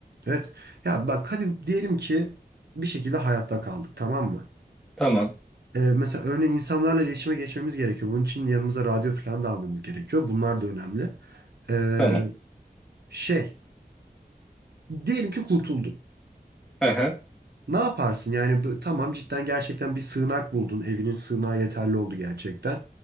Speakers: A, on the right; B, in the centre.
A: Evet. Ya bak hadi diyelim ki bir şekilde hayatta kaldık tamam mı?
B: Tamam,
A: Ee, mesela örneğin insanlarla iletişime geçmemiz gerekiyor. Bunun için yanımıza radyo falan da almamız gerekiyor. Bunlar da önemli. Ee,
B: tamam.
A: şey, diyelim ki kurtuldun.
B: Aha.
A: Ne yaparsın? Yani bu- tamam cidden gerçekten bir sığınak buldun. Evinin sığınağı yeterli oldu gerçekten.